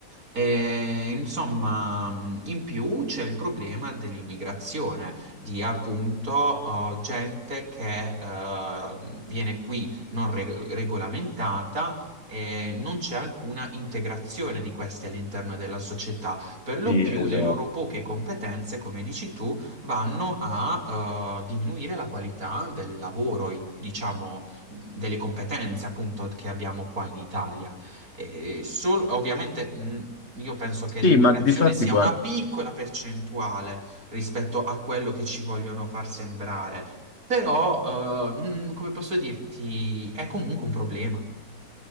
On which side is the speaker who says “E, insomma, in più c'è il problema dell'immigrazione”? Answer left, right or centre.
Right